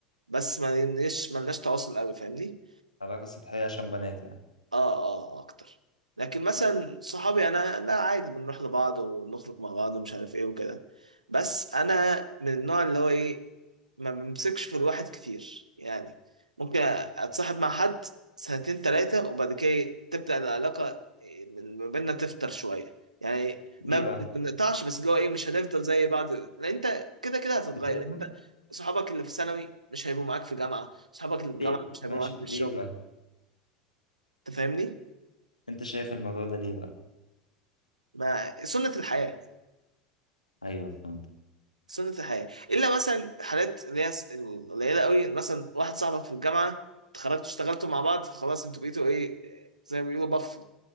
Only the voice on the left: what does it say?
علاقة سطحية عشان بنات يعني
ليه
بقى
بتزهق
ليه
ماشي
ليه بقى
انت شايف الموضوع ده ليه بقى
ايوه فهمت